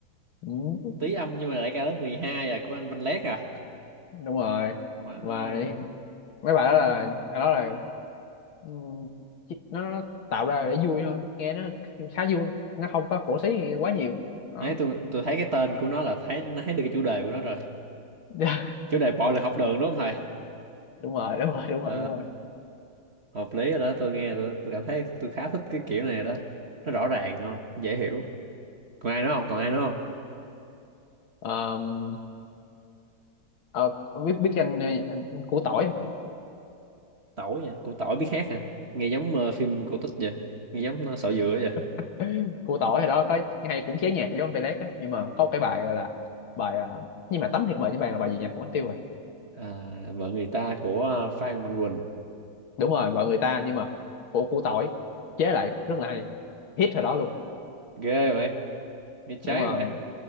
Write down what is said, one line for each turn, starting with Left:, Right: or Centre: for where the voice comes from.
Left: ừ,
Right: tí âm nhưng mà đại ca lớp 12 à của anh Văn Lét à
Left: đúng rồi
Right: wow
Left: và mấy bài đó là bài đó là ừm, chỉ- nó, nó tạo ra để vui thôi nghe nó khá vui nó không có cổ xí gì quá nhiều đó
Right: đấy tôi tôi thấy cái tên của nó là thấy nó thấy được cái chủ đề của nó rồi
Left: <laughs>
Right: chủ đề bạo lực học đường đúng không thầy
Left: đúng rồi đúng rồi đúng
Right: ờ
Left: rồi đúng rồi
Right: hợp lý rồi đó tôi nghe tôi, tôi cảm thấy tôi khá thích cái kiểu này rồi đó nó rõ ràng không dễ hiểu còn ai nữa không còn ai nữa không
Left: Ờm, ờ, ông biết biết anh, anh củ tỏi không?
Right: tỏi vậy của tỏi biết hát à nghe giống ờ, phim cổ tích vậy nghe giống ờ, sọ dừa vậy
Left: ừ. <laughs> củ tỏi hồi đó có hay cũng chế nhạc giống ông Pelé đó nhưng mà có một cái bài gọi là bài à, nhưng mà tấm thiệt mời trên bàn là bài gì nhỉ quên tiêu rồi
Right: à, vợ người ta của ờ, Phan Mạnh Quỳnh
Left: đúng rồi bài người ta nhưng mà của củ tỏi chế lại rất là hay hit hồi đó luôn
Right: ghê vậy nghe cháy
Left: đúng rồi
Right: vậy